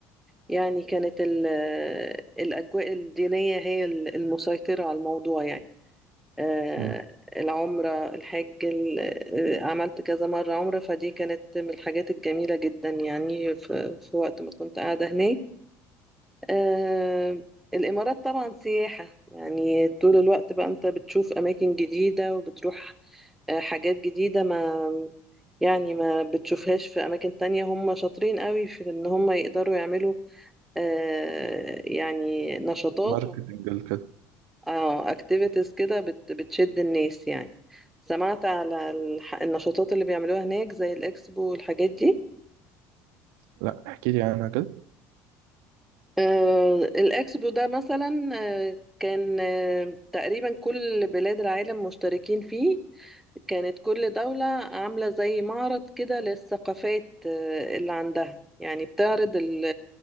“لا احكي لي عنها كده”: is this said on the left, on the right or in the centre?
Right